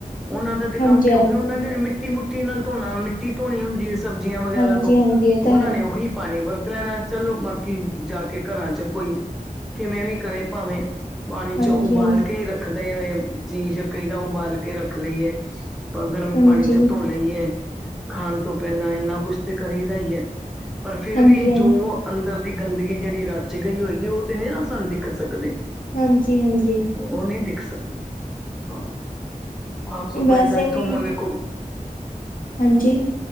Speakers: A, in the centre; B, on the left.
A: ਉਹਨਾਂ ਦਾ ਤੇ
B: ਹਾਂਜੀ
A: ਕੰਮ ਕਿਉਂਕਿ
B: ਹਾਂਜੀ
A: ਉਹਨਾਂ ਨੇ ਮਿੱਟੀ ਮਿੱਟੀ ਨਾਲ ਧੋਣਾ ਮਿੱਟੀ ਧੋਣੀ ਹੁੰਦੀ ਹੈ। ਸਬਜ਼ੀਆਂ ਵਗੈਰਾ
B: ਹਾਂਜੀ
A: ਤੋਂ
B: ਹਾਂਜੀ ਇਹ ਤਾਂ
A: ਉਹਨਾਂ
B: ਹੈ
A: ਨੇ ਉਹੀ ਪਾਣੀ ਵਰਤ ਲੈਣਾ। ਚਲੋ ਬਾਕੀ ਜਾ ਕੇ ਘਰਾਂ ਚ ਕੋਈ ਕਿਵੇਂ ਵੀ ਕਰੇ ਭਾਵੇਂ ਪਾਣੀ
B: ਹਾਂਜੀ
A: ਚ ਉਬਾਲ
B: ਹਾਂਜੀ
A: ਕੇ ਹੀ ਰੱਖਦੇ ਹੋ। ਚੀਜ਼ ਕਈਦਾ ਉਬਾਲ ਕੇ ਰੱਖ ਲਈਏ ਗਰਮ
B: ਹਾਂਜੀ
A: ਪਾਣੀ ਚ ਧੋਕੇ ਲਈਏ ਖਾਣ ਤੋਂ ਪਹਿਲਾਂ ਇੰਨਾ ਕੁਛ ਤੇ ਕਰੀ ਦਾ ਹੀ ਹੈ। ਪਰ ਫਿਰ
B: ਹਾਂਜੀ
A: ਵੀ
B: ਹਾਂਜੀ
A: ਜੋ ਅੰਦਰ ਦੀ ਗੰਦਗੀ ਜਿਹੜੀ ਰਚ ਗਈ ਹੋਏਗੀ ਉਹ ਨਹੀਂ ਨਾ ਸਾਨੂੰ ਦਿਖ ਸਕਦੇ।
B: ਹਾਂਜੀ ਹਾਂਜੀ।
A: ਉਹ ਨਹੀਂ ਦਿਖ ਸਕਦੇ ਹਾਂ ਸਾਫ਼ ਸਫ਼ਾਈ
B: ਵੈਸੇ
A: ਦਾ ਇੱਥੋਂ
B: ਵੀ
A: ਹੁਣ ਕੋ
B: ਹਾਂਜੀ।